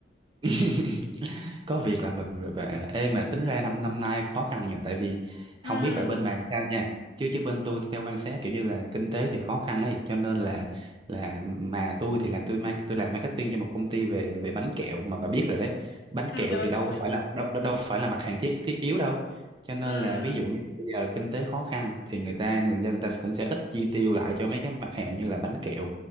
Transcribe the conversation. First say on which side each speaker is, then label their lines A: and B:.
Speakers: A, on the right; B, on the left.
A: <laughs> có việc là mừng rồi bà ê mà tính ra năm năm nay khó khăn nhiều tại vì
B: ừ,
A: không biết bà bên bạn sao nha chứ chứ bên tôi theo quan sát kiểu như là kinh tế thì khó khăn ấy cho nên là là mà tôi thì làm tôi mang tôi làm marketing cho một công ty về về bánh kẹo mà bà biết rồi đấy bánh
B: ừ
A: kẹo
B: nhớ
A: thì đâu
B: rồi.
A: có phải là đâu
B: Ừ,
A: đâu đâu phải là mặt hàng thiết thiết yếu đâu cho nên
B: ừ,
A: là ví dụ như bây giờ kinh tế khó khăn thì người ta người dân người ta cũng sẽ ít chi tiêu lại cho mấy cái mặt hàng như là bánh kẹo